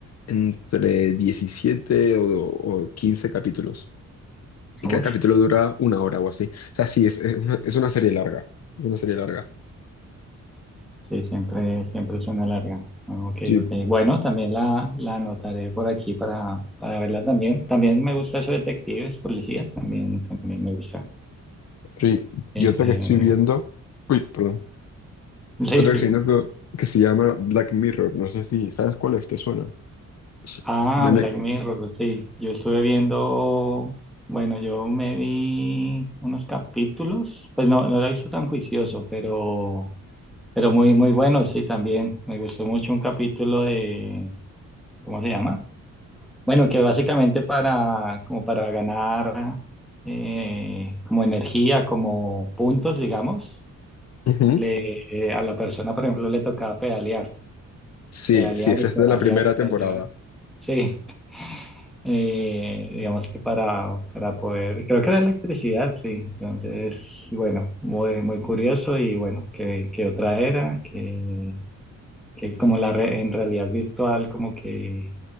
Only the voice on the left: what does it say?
entre 17 o, o 15 capítulos. Y
cada capítulo dura una hora o así. O sea, sí, es, es una, es una serie larga, es una serie larga.
Sí,
sí.
Y otra
que estoy viendo, uy, perdón,
otra
que estoy viendo que, que se llama Black Mirror, no sé si sabes cuál es, ¿te suena? sí
de Ne-
Ujú.
Sí,
sí, esa
es de la primera
temporada.